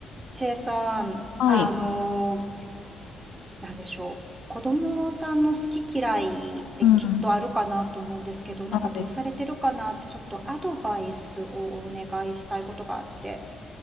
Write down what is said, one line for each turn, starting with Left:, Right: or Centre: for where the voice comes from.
Right: チェさん、
Left: はい。
Right: あのー、なんでしょう。子供さんの好き嫌いってきっとあるかなと思うんですけど、
Left: うん。
Right: なんかどうされてるかなってちょっとアドバイスをお願いしたいことがあって。
Left: はい。